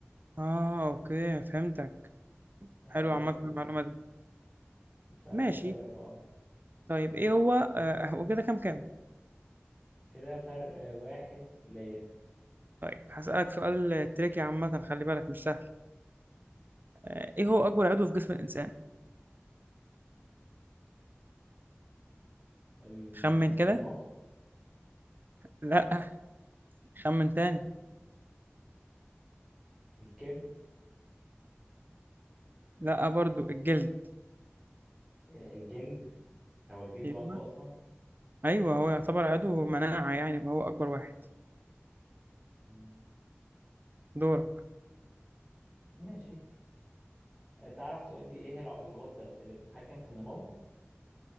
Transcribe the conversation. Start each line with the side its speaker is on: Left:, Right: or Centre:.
Right: اه اوكي فهمتك
Centre: اه
Right: حلو
Centre: بس
Right: عامة المعلومة
Centre: يعني
Right: دي
Centre: فسؤالك
Right: ماشي
Centre: اه
Right: طيب ايه هو آه، هو كده كام كام
Centre: كده فرق آه، واحد ليا
Right: طيب هسألك سؤال تريكي عامة خلي بالك مش سهل آه، ايه هو اكبر عضو في جسم الانسان
Centre: ال-
Right: خمن كده
Centre: المخ
Right: لا خمن تاني
Centre: الكبد
Right: لا برضو الجلد
Centre: ال- الجلد هو الجلد
Right: ايوه
Centre: عضو أصلا
Right: ايوه هو يعتبر عضو مناعة يعني فهو اكبر واحد
Centre: مم،
Right: دورك
Centre: ماشي آه، تعرف تقول لي إيه هي الع- الغدة اللي بتتحكم في النمو؟